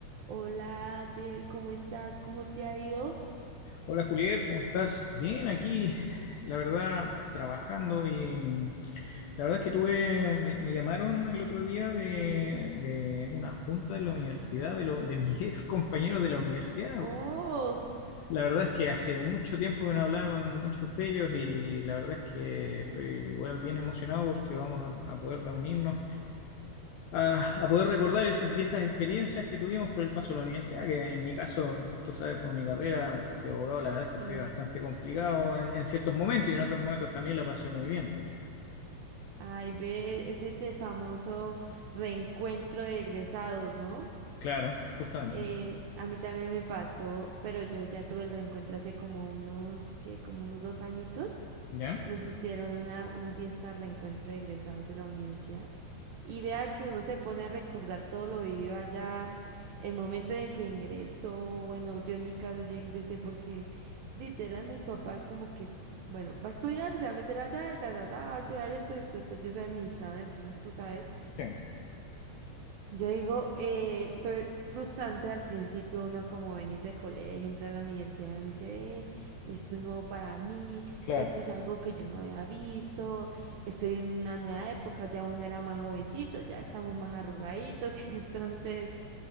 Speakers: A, on the right (about 80°); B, on the left (about 80°).
A: Hola, Adel, ¿cómo estás? ¿Cómo te ha ido?
B: Hola Juliet, ¿cómo estás? Bien, aquí, la verdad, trabajando y la verdad es que tuve, me, me llamaron el otro día de,
A: Sí,
B: de una junta de la universidad, de, lo- de mis <laughs> ex compañeros de la universidad.
A: Oh,
B: La verdad es que hace mucho tiempo que no hablaba con muchos de ellos y la verdad es que estoy igual bien emocionado porque vamos a, a poder reunirnos a, a poder recordar esas viejas experiencias que tuvimos por el paso a la universidad, que en mi caso, tú sabes, por mi carrera, aunque fui abogado, la verdad es que
A: sí.
B: fue bastante complicado en, en ciertos momentos y en otros momentos también la pasé muy bien.
A: ay, ve, ese es el famoso reencuentro de egresados, ¿no?
B: Claro, justamente.
A: Eh, a mí también me pasó, pero yo ya tuve el reencuentro hace como unos, ¿qué? Como unos dos añitos.
B: ¿Ya?
A: Nos hicieron una, una fiesta de reencuentro de egresados de la universidad. Y vea que uno se pone a recordar todo lo vivido allá, el momento en el que ingresó. Bueno, yo en mi caso, yo ingresé porque literal mis papás como que, bueno, va a estudiar, se va a meter allá y ta, ta, ta, va a estudiar esto, esto, esto. Yo soy administradora de empresas, tú sabes.
B: Sí,
A: Yo digo, eh, fue frustrante al principio, uno como venir de colegio, entrar a la universidad, uno dice, eh, esto es nuevo para mí,
B: claro,
A: esto es algo que yo no había visto, estoy en una nueva época, ya uno era más jovencito, ya estamos más arrugaditos, <laughs> entonces